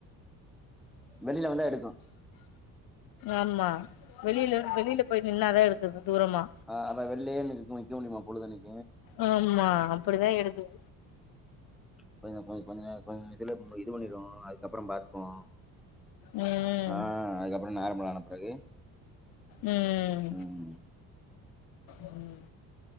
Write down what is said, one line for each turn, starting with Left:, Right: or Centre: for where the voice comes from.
Centre: வெளியில வந்தா எடுக்கும்
Left: ஆமா வெளியில வெளியில போய் நின்னாதான் எடுக்குது தூரமா
Centre: ஆஹ் அத வெளிலேயே நிக்க முடியுமா பொழுதனக்
Left: ஆமா அப்படிதான் எடுக்குது
Centre: போய ந போ கொஞ்சம் கொஞ்சம் இததுல இது பண்ணிருவானுவோ அதுக்கப்புறம் பார்ப்போம்
Left: ம்
Centre: ஆஹ் அதுக்கப்பறம் நார்மலன பிறகு
Left: உம்
Centre: ம்
Left: உம்